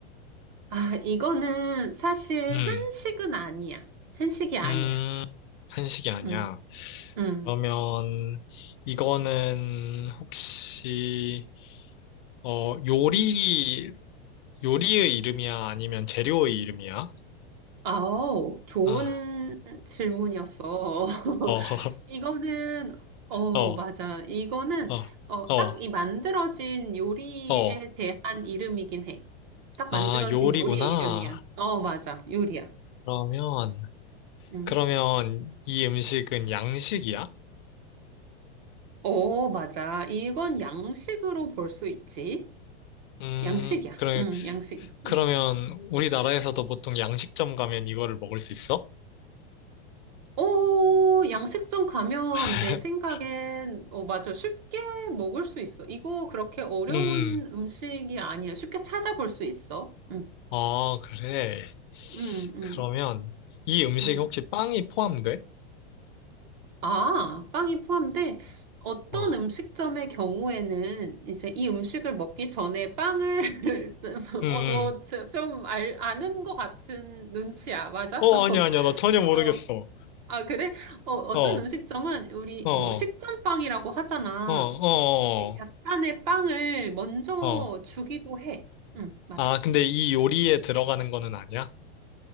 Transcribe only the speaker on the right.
아, 이거는 사실
한식은 아니야. 한식이 아니야.
응, 응.
아우, 좋은
질문이었어. <laughs>
이거는 어
맞아. 이거는
어딱
이 만들어진 요리에
대한 이름이긴 해. 딱 만들어진
요리의 이름이야. 어 맞아. 요리야.
음.
어 맞아. 이건 양식으로 볼 수 있지.
양식이야.
음 양식이야.
음.
어 양식점 가면
내 생각엔 어 맞아. 쉽게 먹을 수 있어. 이거 그렇게 어려운
음식이 아니야. 쉽게 찾아볼 수 있어. 음.
음, 음,
음.
아, 빵이 포함돼? 어떤
음식점의 경우에는 이제 이 음식을 먹기 전에 빵을, <laughs>
어, 너
좀 알, 아는 것 같은 눈치야, 맞아?
<laughs>
어,
아, 그래? 어, 어떤
음식점은 우리
뭐 식전빵이라고 하잖아.
근데 약간의 빵을 먼저
주기도 해. 응, 맞아.